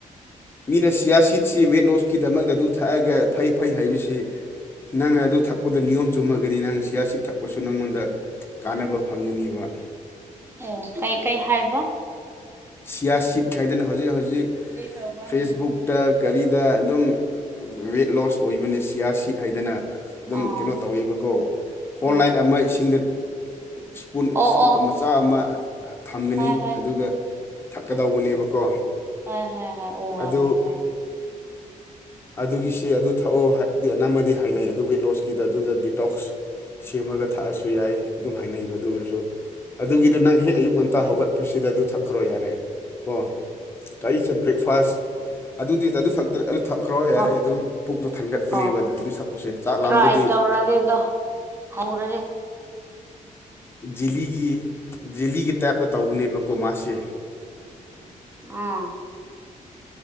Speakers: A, on the left (about 15°); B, on the right (about 15°).
A: ꯃꯤꯅ ꯁꯤꯌꯥꯁꯤꯠꯁꯤ ꯋꯦꯠꯂꯣꯁꯀꯤꯗꯃꯛꯇ ꯑꯗꯨ ꯊꯛꯑꯒ ꯐꯩ ꯐꯩ ꯍꯥꯏꯕꯁꯤ ꯅꯪ ꯑꯗꯨ ꯊꯛꯄꯗ ꯅꯤꯌꯣꯝ ꯆꯨꯝꯃꯒꯗꯤ ꯅꯪ ꯁꯤꯌꯥꯁꯤꯠ ꯊꯛꯄꯁꯨ ꯅꯪꯉꯣꯟꯗ ꯀꯥꯟꯅꯕ ꯐꯪꯒꯅꯤꯕ
B: ꯑꯣ ꯀꯩꯀꯩ ꯍꯥꯏꯕꯥ
A: ꯁꯤꯌꯥ ꯁꯤꯠ ꯍꯥꯏꯗꯅ ꯍꯧꯖꯤꯛ ꯍꯧꯖꯤꯛ
B: ꯄꯤꯈ꯭ꯔꯕ
A: ꯐꯦꯁꯕꯨꯛꯇ
B: ꯃꯌꯥꯝꯅꯤ
A: ꯀꯔꯤꯗ ꯑꯗꯨꯝ ꯋꯦꯠ ꯂꯣꯁ ꯑꯣꯏꯕꯅꯦ ꯁꯤꯌꯥ ꯁꯤꯠ ꯍꯥꯏꯗꯅ ꯑꯗꯨꯝ
B: ꯑꯣ
A: ꯀꯩꯅꯣ ꯇꯧꯋꯦꯕꯀꯣ ꯍꯣꯜ
B: ꯎꯝ
A: ꯅꯥꯏꯠ ꯑꯃꯥ ꯏꯁꯤꯡꯗ ꯏꯁꯄꯨꯟ
B: ꯑꯣ
A: ꯏꯁꯀꯨꯞ
B: ꯑꯣ
A: ꯃꯆꯥ ꯑꯃ ꯊꯝꯒꯅꯤ
B: ꯍꯣꯏ ꯍꯣꯏ
A: ꯑꯗꯨꯒ ꯊꯛꯀꯗꯧꯕꯅꯦꯕꯀꯣ
B: ꯍ ꯍ ꯍ ꯑꯣ
A: ꯑꯗꯨ
B: ꯍꯥꯎꯔꯦ ꯍꯣꯏ
A: ꯑꯗꯨꯒꯤꯁꯤ ꯑꯗꯨ ꯊꯛꯑꯣ ꯍꯥꯏꯕꯗꯤ ꯑꯅꯝꯕꯅꯤ ꯍꯥꯏꯅꯩ ꯑꯗꯨ ꯋꯦꯠꯂꯣꯁꯀꯤꯗ ꯑꯗꯨꯗ ꯗꯤꯇꯣꯛꯁ ꯁꯦꯝꯃꯒ ꯊꯥꯛꯑꯁꯨ ꯌꯥꯏ ꯑꯗꯨꯝ ꯍꯥꯏꯅꯕ ꯑꯗꯨ ꯑꯣꯏꯔꯁꯨ ꯑꯗꯨꯒꯤꯗꯨ ꯅꯪ ꯍꯦꯛ ꯑꯌꯨꯛ ꯉꯟꯇꯥ
B: ꯎꯝ
A: ꯍꯧꯒꯠꯄꯁꯤ ꯁꯤꯗ ꯑꯗꯨ ꯊꯛꯈ꯭ꯔꯣ ꯌꯥꯔꯦ ꯀꯣ ꯀꯔꯤꯁꯦ ꯕ꯭ꯔꯦꯛꯐꯥꯁ ꯑꯗꯨꯗꯤ ꯑꯗꯨ ꯈ ꯑꯗꯨ ꯊꯛꯈ꯭ꯔ ꯌꯥꯔꯦ
B: ꯑꯣ
A: ꯑꯗꯨꯝ ꯄꯨꯛꯇꯣ ꯊꯟꯒꯠꯄꯅꯦꯕ
B: ꯑꯣ
A: ꯑꯗꯨ ꯊꯥꯛꯄꯁꯦ ꯆꯥꯛ
B: ꯇ꯭ꯔꯥꯏ
A: ꯂꯥꯝꯕꯗꯤ
B: ꯇꯧꯔꯒꯦꯗꯣ ꯍꯧꯔꯒꯦ
A: ꯖꯤꯂꯤꯒꯤ ꯖꯤꯂꯤꯒꯤ ꯇꯥꯏꯞꯇ ꯇꯧꯕꯅꯦꯕꯀꯣ ꯃꯥꯁꯦ
B: ꯑꯥ